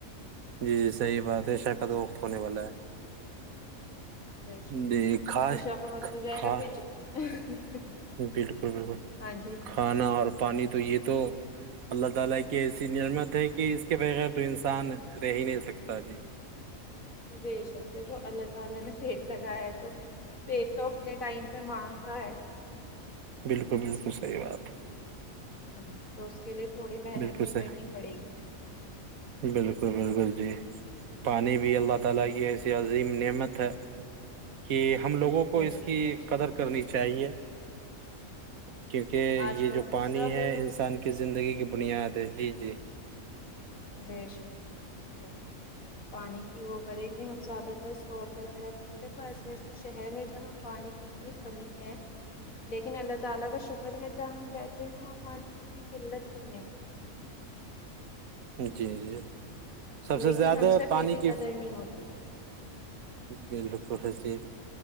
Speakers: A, on the right; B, on the left.
A: جی جی صحیح بات ہے شرکت
B: ہاں جی
A: وقت ہونے والا ہے
B: بش
A: جی کھائے
B: عشا کا وقت ہو جائے
A: ہاں
B: گا پھر <inaudible>
A: بالکل بالکل
B: ہاں جی
A: کھانا اور پانی تو یہ تو اللہ تعالی کی ایسی نعمت ہے کہ اس کے بغیر تو انسان رہ ہی نہیں سکتا جی
B: بے شک دیکھو اللہ تعالی نے پیٹ لگایا ہے تو پیٹ تو اپنے ٹائم پہ مانگتا ہے
A: بالکل بالکل صحی بات ہے
B: ہاں تو اس کے لیے تھوڑی محنت
A: بالکل
B: بھی
A: صحیح
B: کرنی پڑے گی
A: بالکل بالکل جی پانی بھی اللہ تعالی کی ایسی عظیم نعمت ہے کہ ہم لوگوں کو
B: بے
A: اس
B: شک
A: کی
B: بے شک
A: قدر کرنی چاہیے کیونکہ یہ
B: آج کل
A: جو
B: تو
A: پانی
B: سب
A: ہے انسان کی زندگی کی بنیاد ہے جی جی
B: بےشر بےشر بالکل پانی کی وہ کریں گے ہم زیادہ تر اسٹور کر کے رکھیںے دیکھو ایسے ایسے شہر ہے جہاں پانی کی اتنی کمی ہے لیکن اللہ تعالی کا شکر ہے جہاں ہم رہتے ہیں وہاں پانی کی اتنی قلت نہیں ہے
A: جی جی سب سے
B: لیکن
A: زیادہ
B: ہم سے
A: پانی
B: پھر بھی
A: کی
B: قدر نہیں ہوتی
A: بالکل حسی